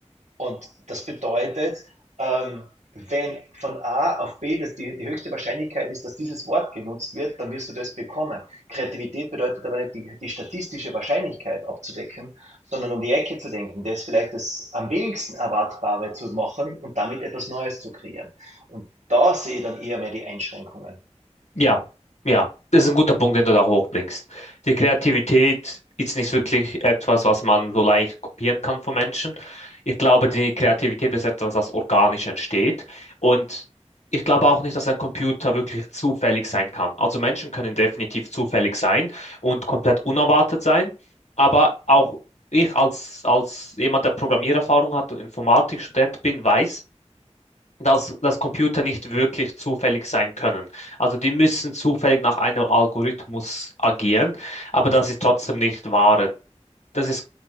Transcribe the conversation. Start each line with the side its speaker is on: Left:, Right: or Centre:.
Right: Und das bedeutet, ähm, wenn von A auf B das die, die höchste Wahrscheinlichkeit ist, dass dieses Wort genutzt wird, dann wirst du das bekommen. Kreativität bedeutet aber nicht die, die statistische Wahrscheinlichkeit abzudecken, sondern um die Ecke zu denken, das vielleicht das am wenigsten Erwartbare zu machen und damit etwas Neues zu kreieren. Und da sehe ich dann eher mehr die Einschränkungen.
Left: ja, ja. Das ist ein guter Punkt, den du da hochbringst. Die Kreativität ist nicht wirklich etwas, was man so leicht kopieren kann von Menschen. Ich glaube, die Kreativität ist etwas, was organisch entsteht. Und ich glaube auch nicht, dass ein Computer wirklich zufällig sein kann. Also Menschen können definitiv zufällig sein und komplett unerwartet sein. Aber auch ich als, als jemand, der Programmiererfahrung hat und Informatikstudent bin, weiß, dass, dass Computer nicht wirklich zufällig sein können. Also die müssen zufällig nach einem Algorithmus agieren, aber das ist trotzdem nicht wahr dass es